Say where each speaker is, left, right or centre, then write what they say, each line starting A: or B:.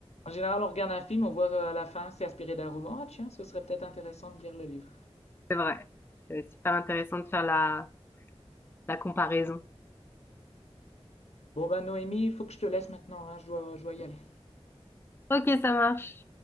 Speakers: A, on the left (about 75°); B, on the left (about 20°).
A: En général, on regarde un film, on voit à la fin, c'est inspiré d'un roman. Ah, tiens, ce serait peut-être intéressant de lire le livre.
B: C'est vrai. C'est super intéressant de faire la, la comparaison.
A: Bon bah Noémie, il faut que je te laisse maintenant, hein, je dois, je dois y aller.
B: Ok, ça marche.